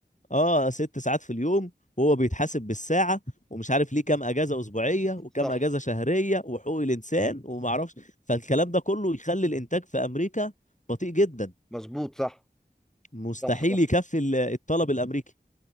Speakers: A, on the left; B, in the centre.
A: اه ست ساعات في اليوم وهو بيتحاسب بالساعه ومش عارف ليه كام اجازه اسبوعيه وكام
B: صح
A: اجازه شهريه وحقوق الانسان وما اعرفش فالكلام ده كله يخلي الانتاج في امريكا بطيء جدا
B: مظبوط صح
A: مستحيل
B: صح صح
A: يكفي ال- الطلب الامريكي